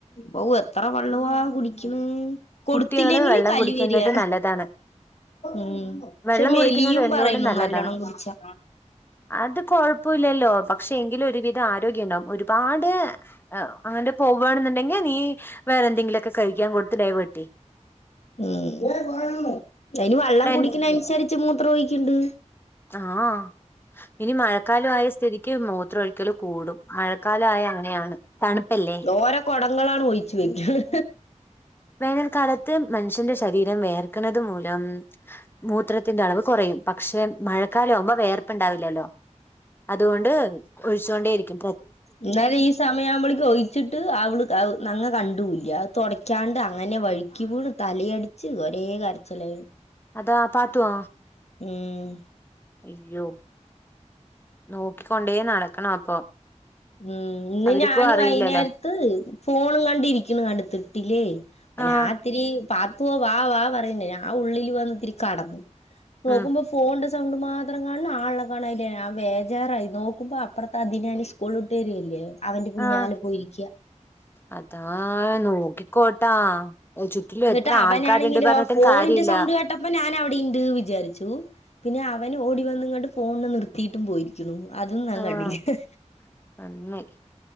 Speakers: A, on the left (about 60°); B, on the left (about 15°).
A: ബവു എത്ര വെള്ളുവാ കുടിക്ക്ണ് കൊടുത്തില്ലെങ്കില്
B: കുട്ടികള് വെള്ളം
A: കലി
B: കുടിക്കുന്നത്
A: വെരിയ
B: നല്ലതാണ്
A: ഉം
B: വെള്ളം
A: ക്ഷെ മെലിയും
B: കുടിക്കുന്നത് എന്തുകൊണ്ടും
A: പറയണു
B: നല്ലതാണ്
A: നല്ലോണം കുടിച്ചാ
B: അത് കൊഴപ്പോയില്ലല്ലോ പക്ഷെ എങ്കിലും ഒരുവിധം ആരോഗ്യം ഇണ്ടാവും ഒരുപാട് ആ അവന്റെ പോവാണ്ന്ന്ണ്ടെങ്കി നീ വേറെന്തെങ്കിലൊക്കെ കഴിക്കാ കൊടുത്ത് ഡൈവേട്ടെയ്
A: ഉം അയിന് വള്ളം
B: ഇവിടെ
A: കുടിക്കണൻസരിച്ച്
B: എൻ
A: മൂത്രോയിക്ക്‌ണ്ട്
B: ആഹ് ഇനി മഴക്കാലൊ ആയ സ്ഥിതിക്ക് മൂത്രോഒഴിക്കല് കൂടും മഴക്കാലായ അങ്ങനെയാണ് തണ്പ്പല്ലേ
A: ഓരോ കൊടങ്ങളാണ് ഒയിച്ചുവെയ്ക്കണ്
B: വേനൽക്കാലത്ത് മനുഷ്യന്റെ ശരീരം വെയർക്കണത് മൂലം മൂത്രത്തിന്റെ അളവ് കുറയും പക്ഷെ മഴക്കാലാവുമ്പോ വെയർ പ്പണ്ടാവില്ലല്ലോ അത്കൊണ്ട് ഒഴിച്ചോണ്ടേരിക്കിം
A: ഇന്നലെ ഈ സമ സമയാവുമ്പളിക്ക്‌ ഒഴിച്ചിട്ട് അവള് അവ് ഞങ്ങ കണ്ടൂല്ല്യ അത് തൊടയ്ക്ക്യാണ്ട് അങ്ങനെ വഴുക്കി വീണ് തലയടി ച്ച് ഒരെ കര്ച്ചിലായിരുന്നു.
B: അതാ ആ പാത്തോ?
A: ഉം
B: അയ്യോ നോക്കിക്കൊണ്ടെ നടക്കണം അപ്പൊ
A: ഉം ഇന്ന്
B: അവർക്കും
A: ഞാന്
B: അറിയില്ലല്ലോ
A: വൈന്നേര്ത്ത് ഫോണും കണ്ടിരിക്ക്ണ് അട്ത്ത് ഇട്ടിലെ
B: ആഹ്
A: നാ ഇത്തിരി പാത്തോ വാ. വാ പറി ഇണ്ട് നാ ഉള്ളിൽ വന്ന് ഇത്തിരി കടന്നു നോക്കുമ്പം
B: ഉം
A: ഫോൺന്റെ സൗണ്ട് മാത്രം കാൺണ് ആൾനെ കാണാൻ ഇല്ല ഞാം വേജാറായി നോക്കുമ്പോ അപ്പർത്തെ അതിനാ നിശ് കോളുട്ടെരി അല്ലെ അവന്റെ പിന്നാലെ
B: ആഹ്
A: പോയിരിക്ക്യാ
B: അതാ നോക്കിക്കോട്ടാ ചുറ്റിലും
A: ഇന്നെട്ട്
B: എത്ര
A: അവനാണെങ്ങിലോ
B: ആൾക്കാരുണ്ട് പറഞ്ഞിട്ടും
A: ഫോണിന്റെ
B: കാര്യമില്ല
A: സൗണ്ട് കേട്ടപ്പോ നാൻ അവിടെ ഇണ്ട് വിചാരിച്ചു. പിന്നെ അവന് ഓടി വന്ന്ങ്ങാണ്ട് ഫോൺനെ നിർത്തിയിട്ടും പോയിരിക്ക്‌ണു അതും നാം
B: ആഹ്
A: കണ്ടില്ല്യാ
B: നന്നായി